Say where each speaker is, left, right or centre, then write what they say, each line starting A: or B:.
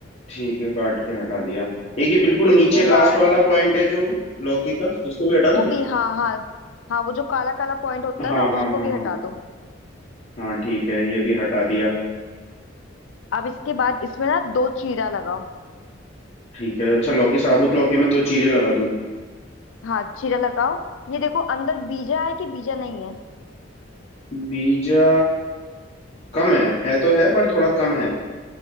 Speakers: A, on the left; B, on the left.
A: ठीक है काट के हटा दिया एक ये बिल्कुल
B: उसके
A: नीचे लास्ट
B: बाद
A: वाला पॉइंट है जो लौकी का इसको भी हटा दूँ
B: वो भी हाँ हाँ हाँ वो जो काला काला पॉइंट होता
A: हाँ
B: है ना
A: हाँ
B: उसको
A: हाँ
B: भी
A: हाँ
B: हटा दो
A: हाँ ठीक है ये भी हटा दिया
B: अब इसके बाद इसमें ना दो चीरा लगाओ
A: ठीक है अच्छा लौकी साबुत लौकी में दो चीरे लगा दूँ
B: हाँ चीरा लगाओ ये देखो अंदर बीजा है कि बीजा नहीं है
A: बीजा कम है है तो है पर थोड़ा कम है